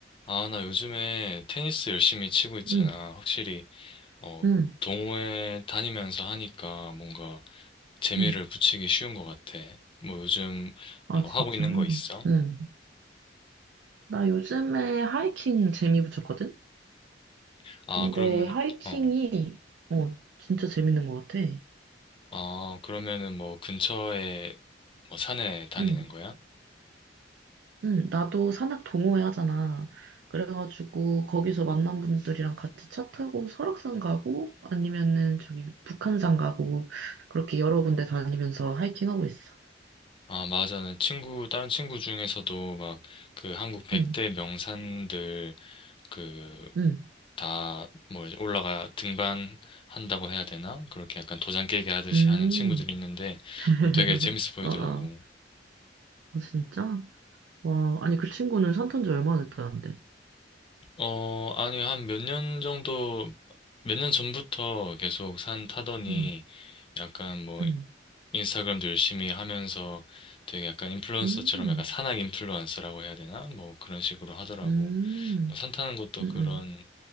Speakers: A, on the left; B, on the right.
A: 아, 나 요즘에 테니스 열심히 치고 있잖아.
B: 응,
A: 확실히, 어,
B: 응,
A: 동호회 다니면서 하니까 뭔가 재미를
B: 응.
A: 붙이기 쉬운 것 같아. 뭐 요즘
B: 아,
A: 뭐
B: 진짜?
A: 하고 있는 거 있어?
B: 응. 나 요즘에 하이킹 재미 붙였거든?
A: 아,
B: 근데
A: 그러면,
B: 하이킹이,
A: 어,
B: 어, 진짜 재밌는 것 같아.
A: 아, 그러면은 뭐 근처에 뭐 산에 다니는
B: 응,
A: 거야?
B: 응. 나도 산악 동호회 하잖아. 그래가지고, 거기서 만난 분들이랑 같이 차 타고 설악산 가고, 아니면은 저기 북한산 가고, 그렇게 여러 군데 다니면서 하이킹하고 있어.
A: 아, 맞아. 나 친구, 다른 친구 중에서도 막 그 한국 100대
B: 응,
A: 명산들 그
B: 응,
A: 다 뭐 이제 올라가 등반한다고 해야 되나? 그렇게 약간 도장 깨기 하듯이
B: 응.
A: 하는 친구들이 있는데
B: <laughs>
A: 어, 되게 재밌어 보이더라고.
B: 어, 어. 아, 진짜? 와, 아니, 그 친구는 산탄지 얼마나 됐다는데?
A: 어, 아니 한 몇 년 정도 몇 년 전부터 계속 산 타더니
B: 음,
A: 약간 뭐
B: 음,
A: 인스타그램도 열심히 하면서 되게 약간 인플루언서처럼
B: 음, 음,
A: 약간 산악 인플루언서라고 해야 되나? 뭐 그런 식으로 하더라고.
B: 음,
A: 뭐 산 타는 것도
B: 음, 음,
A: 그런